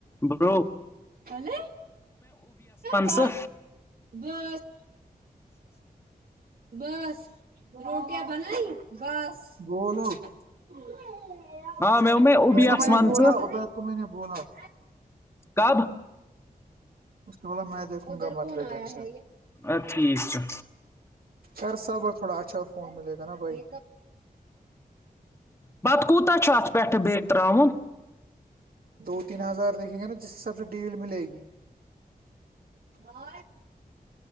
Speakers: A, on the left; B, on the right.
A: ب <unintelligible>
B: الے <unintelligible> باتست
A: ژٕ
B: بس <unintelligible> روٹیا بنائی بس بولو <unintelligible>
A: آ مےٚ مےٚ اوبیَس
B: اس کو میں نے
A: وَن
B: بولا
A: ژٕ
B: ا بد کو میں نے بنا <unintelligible>
A: کب
B: اس کے ب میں دیکھوں گا مل ٹینشن <unintelligible>
A: ا ٹھیک <unintelligible>
B: خر سب اور تھوڑا اچھا فون ملے گا نا بھائی
A: پت کوتتا چ اھ پھ بی تران <unintelligible>
B: دو تین ہزار دیکھیں گے نا جس سے سب سے ڈیل ملے گی اور